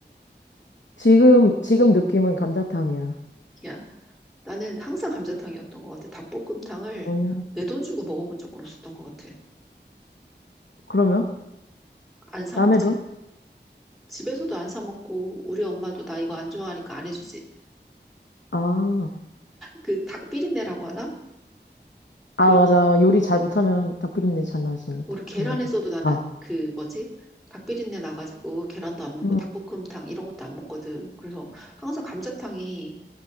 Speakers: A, on the left (about 80°); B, in the centre.
A: 지금, 지금 느낌은 감자탕이야.
B: 야, 나는 항상 감자탕이었던 것 같아. 닭볶음탕을
A: 어,
B: 내 돈 주고 먹어본 적은 없었던 것 같아.
A: 그러면?
B: 안 사
A: 남의
B: 먹지.
A: 돈?
B: 집에서도 안 사 먹고 우리 엄마도 나 이거 안 좋아하니까 안 해주지.
A: 아,
B: 그 닭 비린내라고 하나?
A: 아,
B: 그
A: 맞아. 요리 잘 못하면 닭비린내 잘 나지.
B: 우리 계란에서도
A: 감자탕.
B: 나는
A: 아,
B: 그 뭐지? 닭비린내 나가지고 계란도 안 먹고
A: 음,
B: 닭볶음탕 이런 것도 안 먹거든. 그래서 항상 감자탕이